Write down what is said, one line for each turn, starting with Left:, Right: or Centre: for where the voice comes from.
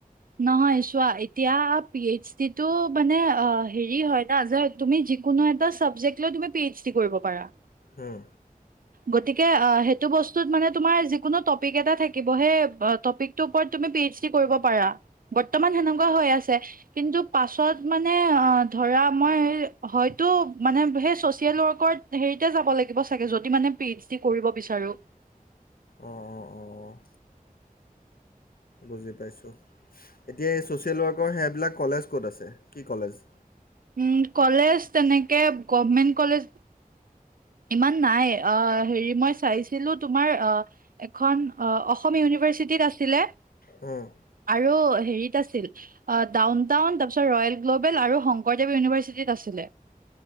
Right: নহয় চোৱা এতিয়া পি এইচ ডিটো মানে হেৰি হয় ন' যে তুমি যিকোনো এটা চাবজেক্ট লৈ তুমি পি এইচ ডি কৰিব পাৰা।
Left: উম
Right: গতিকে সেইটো বস্তুত মানে তোমাৰ যিকোনো টপিক এটা থাকিব সেই টপিকটোৰ ওপৰত তুমি পি এইচ ডি কৰিব পাৰা, বৰ্তমান সেনেকুৱা হৈ আছে। কিন্তু পাছত মানে ধৰা মই হয়তো মানে সেই চচিয়েল ৱৰ্কৰ হেৰিতে যাব লাগিব চাগে যদি মানে পি এইচ কৰিব বিচাৰোঁ।
Left: অ'-অ'-অ'-অ' বুজি পাইছোঁ, এতিয়া এই ছ'চিয়েল ৱৰ্কৰ সেইবিলাক কলেজ ক'ত আছে, কি কলেজ?
Right: উ কলেজ তেনেকে গভমেন্ট কলেজ ইমান নাই হেৰি মই চাইছিলো তোমাৰ এখন অসম ইউনিভাৰ্চিটিত আছিলে।
Left: হুম
Right: আৰু হেৰিচ আছিল, ডাউনটাউন, ৰয়েল গ্ল'বেল আৰু শংকৰদেৱ ইনিভাৰ্চি আছিল।